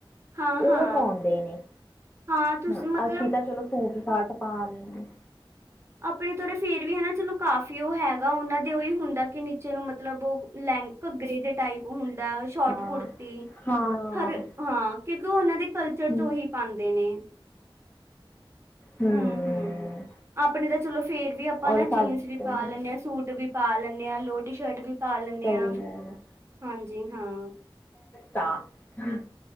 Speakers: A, on the right (about 30°); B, on the left (about 20°).
A: ਹਾਂ-ਹਾਂ,
B: ਉਹ ਪਾਉਂਦੇ
A: ਹਾਂ
B: ਨੇਂ
A: ਹਾਂ ਤੁਸੀਂ
B: ਹੰ
A: ਮਤਲਬ
B: ਅਸੀ ਤਾ ਚਲੋ ਸੂਟ ਸ਼ਰਟ ਪਾ ਲੈਨਗੇ।
A: ਆਪਣੇ ਤੇ ਉਰੇ ਫੇਰ ਵੀ ਹਨਾ ਚਲੋ ਕਾਫੀ ਉਹ ਹੈਗਾ ਉਹਨਾਂ ਦੇ ਓਹੀ ਹੁੰਦਾ ਕਿ ਨੀਚੇ ਨੂੰ ਮਤਲਬ ਉਹ ਲੈਂ ਘੱਘਰੇ ਦੇ ਟਾਈਪ। ਹੁੰਦਾ ਔਰ ਸ਼ੋਟ ਕੁੜਤੀ
B: ਹਾਂ। ਹਾਂ
A: ਹਰ ਹਾਂ। ਕਿਉਂਕਿ ਉਹਨਾਂ ਦੇ ਕਲਚਰ
B: ਹੂੰ।
A: ਚ ਉਹੀ ਪਾਉਂਦੇ ਨੇਂ।
B: ਹੂੰ
A: ਹਮ-ਹਮ ਆਪਣੇ ਤਾ ਚਲੋ ਫੇਰ ਵੀ ਆਪਾਂ
B: ਔਰ
A: ਨਾ
B: ਸਾਡੇ
A: ਜੀਂਸ ਵੀ ਪਾ
B: ਤਾਂ
A: ਲੈਂਨੇਂਆ ਸੂਟ ਵੀ। ਜੀਨ ਲੋ ਟੋਪ ਸ਼ੋਪ ਪਾ ਲੈਦੇ ਆ ਪਾ ਲੈਂਨੇਂ
B: ਸਹੀ
A: ਹਾਂ
B: ਹੈ
A: ਹਾਂਜੀ ਹਾਂ।
B: ਤਾਂ ਹੁਹ